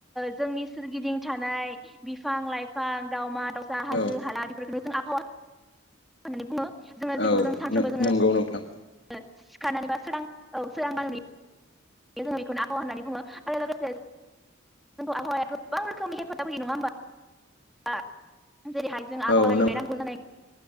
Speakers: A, in the centre; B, on the left.
A: जोंनि सोरगिदिं थानाय बिफां लाइफां दावउमा दावउसा हाजो
B: औ
A: हाला बेफोरखौ जों आ फावा होननानै बुङो जोङो जेखौ
B: औ
A: जों सानफ्रोमबो जोङो
B: नंगौ नोंथां
A: खानानै बा सोरां औ सोरां बनानै जों बेखौनो आबहावा होननानै बुङो आरो लोगोसे जोंखौ आबहावाया गोबां रोखोमनि हेफाजाब होयो नङा होमबा? जेरैहाय जों आहावानिफ्राय
B: औ नों
A: नांगौ जानाय